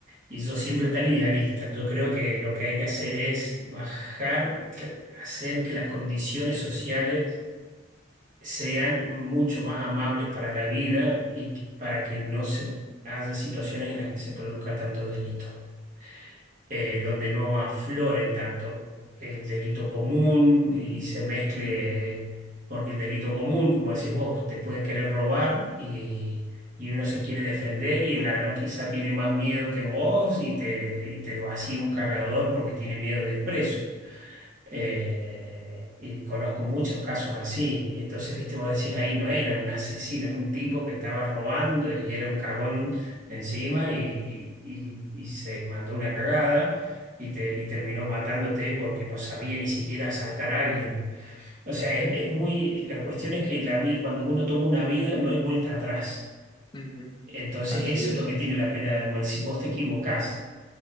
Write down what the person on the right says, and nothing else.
y yo siempre tan idealista. Yo creo que lo que hay que hacer es bajar, hacer que las condiciones sociales sean mucho más amables para la vida y para que no se haya situaciones en las que se produzca tanto delito eh, donde no aflore tanto el delito común y, y se mezcle, porque el delito común, como decís vos, te pueden querer robar y, y uno se quiere defender y el ladrón quizá tiene más miedo que vos y te, y te vacía un cargador porque tiene miedo de ir preso. Eh, y conozco muchos casos así. Entonces, viste, vos decís, ahí no era un asesino, es un tipo que estaba robando y era un cagón encima y, y- y- y se mandó una cagada y, te, y terminó matándote porque no sabía ni siquiera asaltar a alguien. O sea, es, es muy, la cuestión es que la vi- cuando uno toma una vida no hay vuelta atrás.
Entonces,
eso
es lo que tiene la pena de muerte. Si vos te equivocás